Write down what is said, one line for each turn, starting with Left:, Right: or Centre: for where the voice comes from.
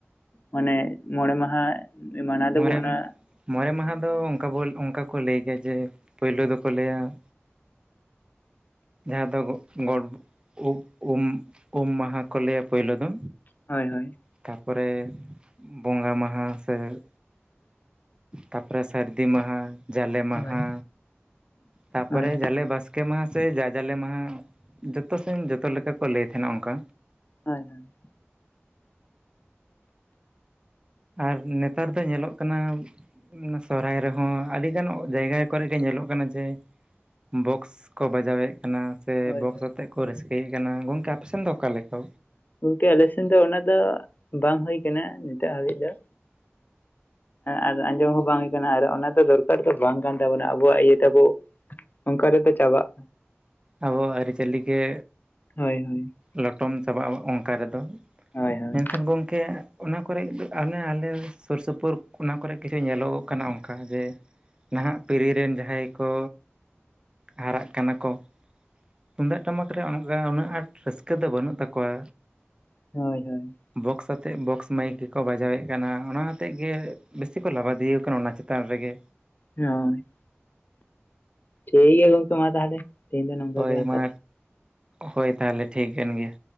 Left: ᱢᱟᱱᱮ ᱢᱚᱬᱮ ᱢᱟᱦᱟ᱾ ᱢᱟᱱᱟᱣ ᱫᱚᱵᱚ
Right: ᱢᱚᱲᱮᱢ
Left: ᱚᱱᱟ
Right: ᱢᱚᱬᱮ ᱢᱟᱦᱟ ᱫᱚ ᱚᱱᱠᱟ ᱵᱚᱞ ᱚᱱᱠᱟ ᱠᱚ ᱞᱟᱹᱭ ᱜᱮᱭᱟ ᱡᱮ ᱯᱩᱭᱞᱩ ᱫᱚᱠᱚ ᱞᱟᱹᱭᱟ- ᱡᱟᱦᱟᱸ ᱫᱚ ᱜᱚ ᱜᱚᱴ ᱩᱜ ᱩᱢ ᱩᱢ ᱢᱟᱦᱟ ᱠᱚ ᱞᱟᱹᱭᱟ ᱯᱳᱭᱞᱳ ᱫᱚ᱾
Left: ᱦᱳᱭ ᱦᱳᱭ᱾
Right: ᱛᱟᱨᱯᱚᱨᱮ ᱵᱚᱸᱜᱟ ᱢᱟᱦᱟ ᱥᱮ- ᱛᱟᱯᱚᱨᱮ ᱥᱟᱹᱨᱫᱤ ᱢᱟᱦᱟ ᱡᱟᱞᱮ ᱢᱟᱦᱟ᱾
Left: ᱦᱳᱭ
Right: ᱛᱟᱯᱚᱨᱮ
Left: ᱦᱳᱭ
Right: ᱡᱟᱞᱮ ᱵᱟᱥ ᱠᱮ ᱢᱟᱦᱟ ᱥᱮ ᱡᱟ ᱡᱟᱞᱮ ᱢᱟᱦᱟ ᱡᱚᱛᱚ ᱥᱮᱱ ᱡᱚᱛᱚ ᱞᱮᱠᱟ ᱠᱚ ᱞᱟᱹᱭ ᱛᱟᱦᱮᱱᱟ ᱚᱱᱠᱟ᱾
Left: ᱦᱳᱭ ᱦᱳᱭ᱾
Right: ᱟᱨ ᱱᱮᱛᱟᱨ ᱫᱚ ᱧᱮᱞᱚᱜ ᱠᱟᱱᱟ, ᱚᱱᱟ ᱥᱚᱦᱟᱭ ᱨᱮᱦᱚᱸ ᱟᱹᱰᱤ ᱜᱟᱱ ᱡᱟᱭᱜᱟ ᱠᱚᱨᱮᱜ ᱧᱮᱞᱚᱜ ᱠᱟᱱᱟ ᱡᱮ ᱵᱚᱠᱥ ᱠᱚ ᱵᱟᱡᱟᱣᱮᱫ ᱠᱟᱱᱟ ᱥᱮ
Left: ᱦᱳᱭ
Right: ᱵᱚᱠᱥ ᱟᱛᱮᱫ ᱠᱚ ᱨᱟᱹᱥᱠᱟᱹᱭᱮᱫ ᱠᱟᱱᱟ ᱜᱚᱝᱠᱮ ᱟᱯᱮᱥᱮᱱ ᱫᱚ ᱚᱠᱟ ᱞᱮᱠᱟ?
Left: ᱜᱚᱝᱠᱮ ᱟᱞᱮ ᱥᱮᱱ ᱫᱚ ᱚᱱᱟ ᱫᱚ ᱵᱟᱝ ᱦᱩᱭ ᱠᱟᱱᱟ ᱱᱤᱛᱚᱜ ᱦᱟᱹᱵᱤᱡ ᱫᱚ᱾ ᱟᱨ ᱟᱸᱡᱚᱢ ᱦᱚᱸ ᱵᱟᱝ ᱦᱩᱭ ᱠᱟᱱᱟ ᱟᱨ ᱚᱱᱟ ᱫᱚ ᱫᱚᱨᱠᱟᱨ ᱫᱚ ᱵᱟᱝ ᱠᱟᱱ ᱛᱟᱵᱚᱱᱟ ᱟᱵᱚᱣᱟᱜ ᱤᱭᱟᱹ ᱛᱟᱵᱚ- ᱚᱱᱠᱟ ᱨᱮᱛᱚ ᱪᱟᱵᱟᱜ᱾
Right: ᱟᱵᱚᱣᱟᱜ ᱟᱹᱨᱤᱪᱟᱹᱞᱤ ᱜᱮ᱾
Left: ᱦᱳᱭ ᱦᱳᱭ᱾
Right: ᱞᱚᱴᱚᱢ ᱪᱟᱵᱟᱜᱼᱟ ᱚᱱᱠᱟ ᱨᱮᱫᱚ
Left: ᱦᱳᱭ ᱦᱳᱭ
Right: ᱢᱮᱱᱠᱷᱟᱱ ᱜᱚᱝᱠᱮ᱾ ᱚᱱᱟ ᱠᱚᱨᱮ ᱟᱱᱮ ᱟᱞᱮ ᱥᱩᱨ ᱥᱩᱯᱩᱨ ᱚᱱᱟ ᱠᱚᱨᱮ ᱜᱮ ᱧᱮᱞᱚᱜᱚᱜ ᱠᱟᱱᱟ ᱚᱱᱠᱟ ᱡᱮ- ᱱᱟᱦᱟᱜ ᱯᱤᱲᱦᱤ ᱨᱮᱱ ᱡᱟᱦᱟᱸᱭ ᱠᱚ ᱦᱟᱨᱟᱜ ᱠᱟᱱᱟ ᱠᱚ᱾ ᱛᱩᱦᱦᱫᱟᱜ ᱴᱟᱢᱟᱠ ᱨᱮ ᱩᱱᱟᱹᱜ ᱟᱸᱴ ᱨᱟᱹᱥᱠᱟᱹ ᱫᱚ ᱵᱟᱹᱱᱩᱜ ᱛᱟᱠᱚᱣᱟ᱾
Left: ᱦᱳᱭ ᱦᱳᱭ᱾
Right: ᱵᱚᱠᱥ ᱟᱛᱮᱜ ᱵᱚᱠᱥ ᱢᱟᱭᱤᱠ ᱜᱮᱠᱚ ᱵᱟᱡᱟᱣᱮᱫ ᱠᱟᱱᱟ ᱚᱱᱟ ᱦᱚᱛᱮᱜ ᱜᱮ ᱵᱮᱥᱤ ᱠᱚ ᱞᱟᱵᱟᱫᱤᱭᱚ ᱠᱟᱱᱟ ᱚᱱᱟ ᱪᱮᱛᱟᱱ ᱨᱮᱜᱮ᱾
Left: ᱦᱳᱭ᱾ ᱴᱷᱤᱠ ᱜᱮᱭᱟ ᱜᱚᱝᱠᱮ ᱢᱟ ᱛᱟᱦᱚᱞᱮ᱾ ᱛᱮᱦᱮᱧ ᱫᱚ ᱱᱚᱝᱠᱟ
Right: ᱦᱳᱭ
Left: ᱜᱮᱞᱟᱝ
Right: ᱢᱟ
Left: ᱠᱟᱛᱷᱟᱜ
Right: ᱦᱳᱭ ᱛᱟᱦᱟᱞᱮ ᱴᱷᱤᱠ ᱠᱟᱱ ᱜᱮᱭᱟ᱾